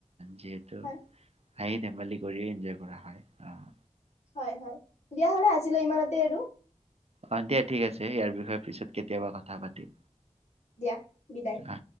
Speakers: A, on the right (about 60°); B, on the left (about 70°).
A: যিহেতু,
B: হয়,
A: খাই ধেমালি কৰি এনজয় কৰা হয়। আহ,
B: হয় হয় দিয়া হলে আছিলে ইমানতে আৰু।
A: অ দিয়া ঠিক আছে ইয়াৰ বিষয়ে পিছত কেতিয়াবা কথা পাতিম।
B: দিয়া বিদায়।
A: আহ।